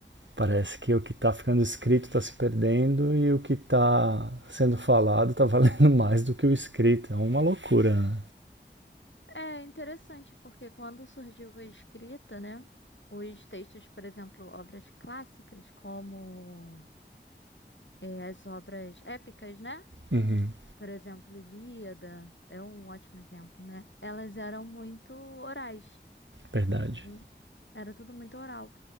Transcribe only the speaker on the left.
É interessante, porque quando surgiu a escrita, né? Os textos, por exemplo, obras clássicas, como é, as obras épicas, né?
Por exemplo, Ilíada é um ótimo exemplo, né? Elas eram muito orais
nessa linha. Era tudo muito oral.